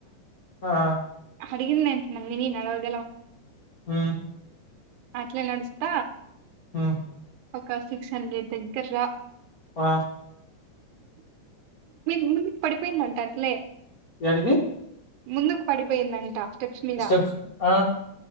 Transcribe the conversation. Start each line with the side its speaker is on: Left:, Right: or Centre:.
Left: ఆ
Right: అడిగింద అంత నందీని నడవాలి
Left: ఉ
Right: అట్లే నడుస్త
Left: మ్మ్
Right: ఒక సిక్స్ హండ్రెడ్ దగ్గర రా
Left: ఆ
Right: ముందుకు పడిపోయిందంట అట్లే
Left: యాడికి
Right: ముందుకు పడిపోయిందంట స్టెప్స్ మీద
Left: స్టెప్స్ ఆ